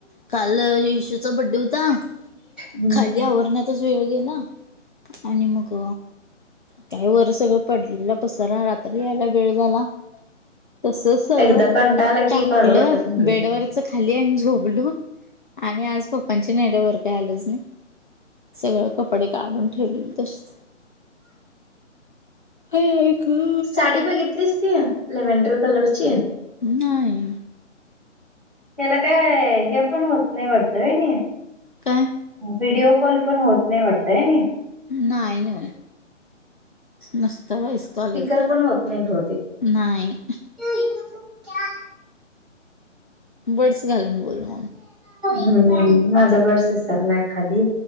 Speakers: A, on the left (about 40°); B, in the centre.
A: काल येशूचा बड्डे होता.
B: हम्म.
A: खाली ते आवरण्यातच वेळ गेला. आणि मग काय वरच सगळं पडलेल पसरा. रात्री यायला वेळ झाला. तस सगळ
B: एकदा कंटाळला की
A: टाकल.
B: काढू वाटत नाही बाई.
A: वरच खाली आणि झोपलो. आणि आज पप्पांची नाईट वर काय आलोच नाही. सगळे कपडे काढून ठेवलेले तशेच आई आई ग
B: साडी बघितलीस ती लेवेंडर कलरची.
A: नाही.
B: त्याला काय हे पण होत नाही वाटतय हेनी
A: काय
B: व्हिडीओ कॉल पण होत नाही वाटतय. हे नी
A: नाही ना नुसत व्हॉइस
B: स्पीकर
A: कॉलच आहे.
B: पण होत नाही बहुतेक.
A: नाही
B: <unintelligible>
A: बर्ड्स घालून बोला.
B: हम्म माझा बर्ड्स विसरलाय खाली.